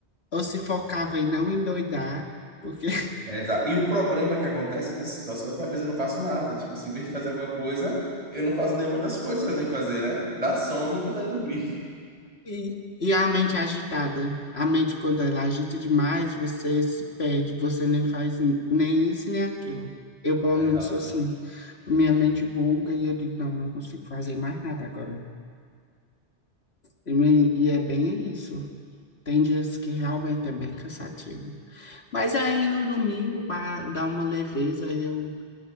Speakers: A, on the left (about 65°); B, on the right (about 35°).
A: ou se focava em não endoidar, porque. <laughs>
B: Exato. E o problema que acontece nessa situação é que às vezes eu não faço nada. Tipo assim, em vez de fazer alguma coisa, eu não faço nenhuma das coisas que eu tenho que fazer, né? Dá sono e vontade de dormir.
A: E, e a mente agitada. A mente, quando ela agita demais, você se perde, você nem faz n- nem isso nem aquilo. Eu, pelo menos,
B: Exatamente.
A: sou assim. Minha mente buga e eu digo, não, não consigo fazer mais nada agora. E, me- e é bem isso. Tem dias que realmente é bem cansativo. Mas aí no domingo, para dar uma leveza, eu